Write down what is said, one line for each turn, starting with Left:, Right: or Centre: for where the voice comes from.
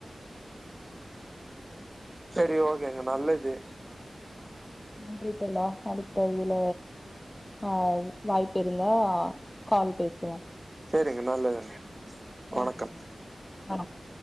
Right: சரி ஓகேங்க நல்லது
Left: நன்றி தோழா அடுத்த ஐயில பாவு வாய்ப்பிருந்தா கால் பேசலா
Right: ச்சேரிங்க நல்லதுங்க
Left: நன்றிங்க
Right: வணக்கம்
Left: வணக்கோ